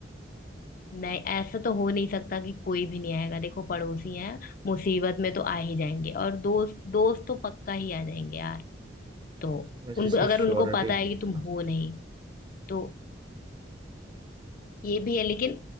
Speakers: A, on the left; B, on the right.
A: नहीं ऐसा तो हो नहीं सकता कि कोई भी नहीं आएगा देखो पड़ोसी हैं मुसीबत में तो आ ही जाएंगे और दोस्त दोस्त तो पक्का ही आ जाएंगे यार तो
B: बस
A: उनको
B: इसकी
A: अगर
B: श्योरिटी
A: उनको पता है
B: नहीं
A: कि
B: है
A: तुम
B: ना
A: हो नहीं तो ये भी है लेकिन